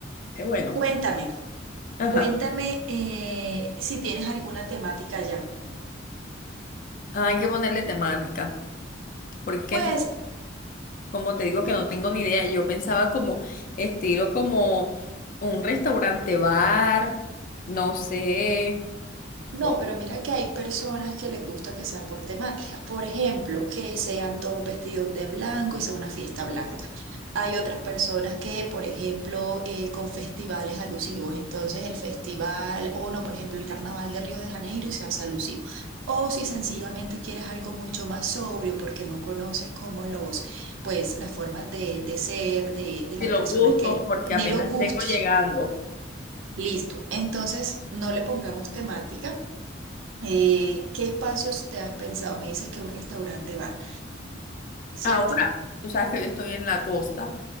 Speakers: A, on the left (about 45°); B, on the right (about 80°).
A: Qué bueno.
B: Cuéntame,
A: Ajá.
B: cuéntame eh, si tienes alguna temática ya.
A: Ah, Hay que ponerle temática porque
B: Pues
A: co- como te digo que no tengo ni idea. Yo pensaba como estilo como un restaurante bar, no sé,
B: No,
A: o
B: pero mira que hay personas que les gusta que sea por temáticas. Por ejemplo, que sean todos vestidos de blanco y sea una fiesta blanca. Hay otras personas que, por ejemplo, eh, con festivales alusivos. Entonces, el festival, o no, por ejemplo, el Carnaval de Río de Janeiro y se hace alusivo. O si sencillamente quieres algo mucho más sobrio porque no conoces como los, pues, las formas de, de ser de, de
A: si
B: las
A: los
B: personas
A: gustos
B: que,
A: porque
B: ni
A: apenas
B: los gustos.
A: vengo llegando.
B: Listo. Entonces, no le pongamos temática eh, ¿qué espacios te has pensado? Me dices que un restaurante bar, ¿cierto?
A: Ahora, tú sabes que yo estoy en la costa